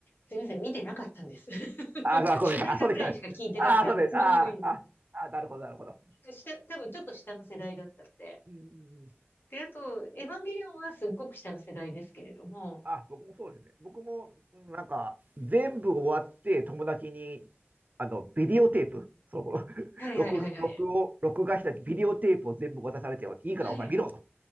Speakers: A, on the left; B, on the right.
A: すみません、見てなかったんです。<laughs>
B: あ、あごめんなさい。
A: 主題歌ぐらいしか聞いてなくて、
B: あ、そうでしたね。あ、そうです。
A: あとつまみ食いで
B: あ、あ、あ、なるほど、なるほど。
A: す。下、多分ちょっと下の世代だったので。
B: うん
A: で、あと、エヴァンゲリオンはすっごく下の世代ですけれども。
B: あ、僕もそうですね。僕も、うんなんか、全部終わって、友達に、あの、ビデオテープ、その頃、<laughs>
A: はいはいはいはい。
B: 録、録を、録画したビデオテープを全部渡されて、いいからお前見ろと、
A: はい。
B: っ